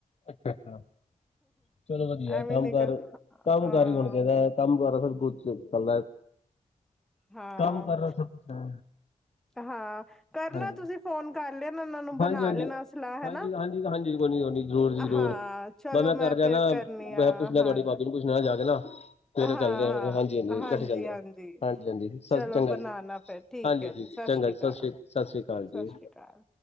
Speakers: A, on the left; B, in the centre.
A: ਅੱਛਾ- ਅੱਛਾ, ਚਲੋ ਵਧੀਆ
B: ਐਵੇਂ
A: ਕੰਮ
B: ਨੀ
A: ਕਾਰ,
B: ਕਰ ਅ
A: ਕੰਮ ਕਾਰ ਹੀ ਹੋਣਾ ਚਾਹੀਦਾ ਕੰਮ-ਕਾਰ ਆ ਸਰ ਬੋਤ ਅੱਛਾ ਚੱਲਦਾ ਏ।
B: ਹਾਂ
A: ਕੰਮ ਕਰਨਾ ਸਬ ਕੁਛ ਐ,
B: ਹਾਂ ਕਰਨਾ
A: ਹਾਂਜੀ।
B: ਤੁਸੀਂ ਫੋਨ ਕਰ ਲੈਣਾ ਉਹਨਾਂ ਨੂੰ ਬਣਾ
A: ਹਾਂਜੀ-ਹਾਂਜੀ-ਹਾਂਜੀ-ਹਾਂਜੀ-ਹਾਂਜੀ,
B: ਲੈਣਾ ਸਲਾਹ ਹਨਾ
A: ਕੋਨੀ-ਕੋਨੀ ਜ਼ਰੂਰ ਜੀ ਜ਼ਰੂਰ।
B: ਹਾਂ ਚਲੋ
A: ਮਨਾ
B: ਮੈਂ
A: ਕਰ ਜਾਣਾ,
B: ਫਿਰ ਕਰਨੀ ਆ
A: ਮੈਂ ਪੁੱਛਣਾ,
B: ਹਾਂ
A: ਤੁਹਾਡੀ ਭਾਬੀ ਨੂੰ ਪੁੱਛ ਲ ਜਾ ਕੇ ਨਾ ਸਵੇਰੇ
B: ਹਾਂ
A: ਚੱਲ ਰਏ ਆਂ,
B: ਹਾਂ
A: ਹਾਂਜੀ-ਹਾਂਜੀ
B: ਹਾਂਜੀ
A: ਕੱਠੇ ਚੱਲਦੇ
B: ਹਾਂਜੀ
A: ਆਂ, ਹਾਂਜੀ-ਹਾਂਜੀ ਸ
B: ਚਲੋ
A: ਚੰਗਾ
B: ਬਣਾਣਾ
A: ਜੀ।
B: ਫਿਰ ਠੀਕ
A: ਹਾਂਜੀ-ਹਾਂਜੀ
B: ਹੈ ਜੀ ਸਤਿ
A: ਚੰਗਾ
B: ਸ੍ਰੀ
A: ਜੀ,
B: ਅਕਾਲ
A: ਸਸ ਰੀ ਸਸ ਰੀ ਕਾਲ
B: ਸਤਿ
A: ਜੀ।
B: ਸ੍ਰੀ ਅਕਾਲ